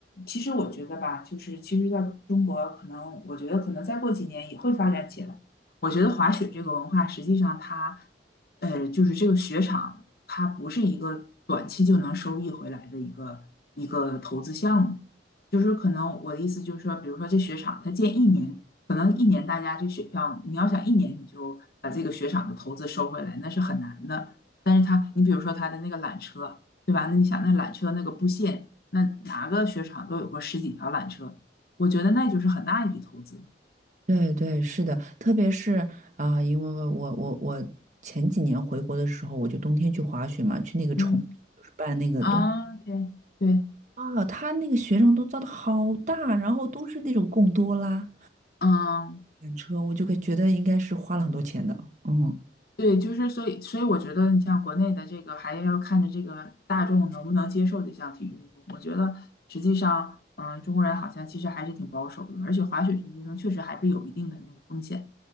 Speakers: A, on the left; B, on the right.
A: 其实我觉得吧，就是其实在中国，可能我觉得可能再过几年也会发展起来。我觉得滑雪这个文化，实际上它，呃，就是这个雪场，它不是一个短期就能收益回来的一个一个投资项目。就是可能我的意思就是说，比如说这雪场，它建一年，可能一年大家这雪票，你要想一年你就把这个雪场的投资收回来，那是很难的。但是它，你比如说它的那个缆车，对吧？那你想那缆车那个布线。那哪个雪场都有过十几条缆车，我觉得那就是很大一笔投资。
B: 对对，是的，特别是啊、呃因为我我我前几年回国的时候，我就冬天去滑雪嘛，去那个崇，
A: 嗯
B: 就是办那个冬
A: 啊对对，
B: 啊，他那个雪场都造的好大，然后都是那种贡多拉
A: 嗯，
B: 缆车，我就会觉得应该是花了很多钱的，嗯，
A: 对，就是所以，所以我觉得你像国内的这个，还要看着这个大众能不能接受这项体育运动。我觉得实际上，嗯，中国人好像其实还是挺保守的，而且滑雪这个运动确实还是有一定的那个风险。